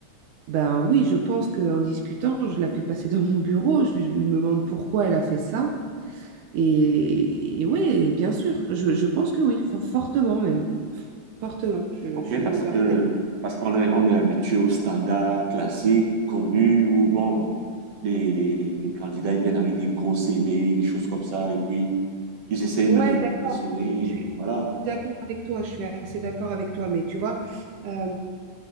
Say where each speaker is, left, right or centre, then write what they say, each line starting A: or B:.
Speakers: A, on the right; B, on the right.
A: ben oui, je pense qu'en discutant, je la fais passer <laughs> dans mon bureau, je, je lui demande pourquoi elle a fait ça. Et, et ouais, bien sûr, je, je pense que oui, fo- fortement même, fortement. Je,
B: OK,
A: je suis
B: parce
A: une personne
B: que
A: avec...
B: parce qu'on est on est habitué aux standards classiques connus où bon les, les, les, les candidats ils viennent avec des gros CV, des choses comme ça et puis ils essayent
A: Ouais,
B: même d'impressionner,
A: d'accord, je suis
B: voilà.
A: d'accord avec toi, je suis assez d'accord avec toi, mais tu vois... euh,